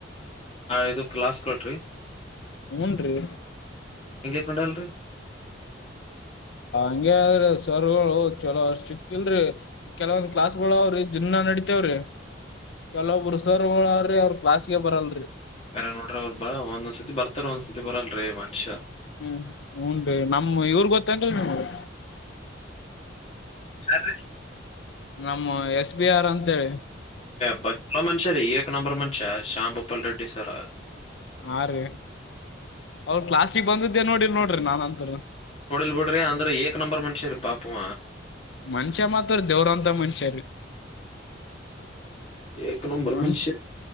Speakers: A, on the left; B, on the left.
A: ಇದು ಕ್ಲಾಸ್ ಕೊಟ್ರಿ
B: ಹೂ ನ್ರೀ.
A: ನಡಲ್ರಿ.
B: ಹಂಗಗೆ ಆದ್ರ ಸರ್ಗಳು ಚಲೋ ಅ ಸಿಕ್ಲ್ರಿ ಕೆಲವೊಂದ್ ಕ್ಲಾಸ್ ಗಳು ಅವ್ರಿ ದಿನ ನಡಿತೇವ್ರಿ. ಕೆಲವೊಬ್ಬರು ಸರುಗಳು ಅವ್ರಿ ಅವ್ರರು ಕ್ಲಾಸ್ಗೆ ಬರಲ್ರಿ.
A: ಅರ ನೋಡ್ರಿ ಅವ್ರು ಬರ ಒಂದ್ ಸಸತಿ ಬರ್ತಾರ ಒಂದ್ ಸತಿ ಬರಲ್ರಿ ಮನುಷ್ಯ.
B: ಹ್ಮ್ ಹೂ ರೀ ನಮ್ ಇವ್ರ ಗೊತ್ತೇನ್ರಿ ನೀಮಗ.
A: ಯಾರ್ ರೀ.
B: ನಮ್ಮ ಎಸ್ ಬಿ ಆರ್ ಅಂತೇಳಿ.
A: ಬ ಮನುಷ್ಯ ರೀ ಏಕ್ ನಂಬರ್ ಮನುಷ್ಯ ಶ್ಯಾಮ್ ಭೂಪಾಲ್ ರೆಡ್ಡಿ ಸರ್.
B: ಹಾ ರೀ ಅವರು ಕ್ಲಾಸಕ್ ಬಂದಿದ್ದೇ ನೋಡಿ ನೋಡ್ರಿ ನಾನಂತರು.
A: ನೋಡಿಲ್ ಬಿಡ್ರಿ ಅಂದ್ರ ಏಕ್ ನಂಬರ್ ಮನುಷ್ಯ ರೀ ಪಾಪವ.
B: ಮನುಷ್ಯ ಮಾತ್ರ ದೇವರಂತ ಮನುಷ್ಯ ರೀ.
A: ಏಕ್ ನಂಬರ್
B: ಮನ್ಷ್
A: ಮನುಷ್ಯ